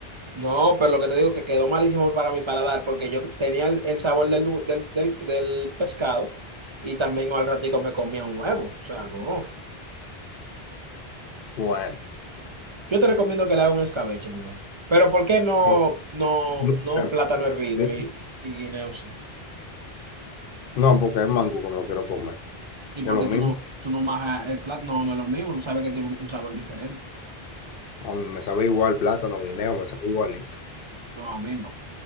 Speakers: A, on the right; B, on the left.
A: No, pero lo que te digo que quedó malísimo para mi paladar, porque yo tenía el, el sabor del, del, del, del pescado y también al ratico me comía un huevo. O sea, no.
B: Bueno,
A: Yo te recomiendo que le hagas un escabeche, mejor. Pero ¿por qué no,
B: o-
A: no,
B: no,
A: no
B: eh,
A: plátano hervido
B: di-
A: y, y guineo sí?
B: no, porque es mango que me lo quiero comer.
A: ¿Y
B: Es
A: por
B: lo
A: qué
B: mismo.
A: tú no, tú no majas el plátano? No, no es lo mismo, tú sabes que tiene un, un sabor diferente.
B: A mí me sabe igual plátano, guineo, me sabe igualito.
A: No, a mí no.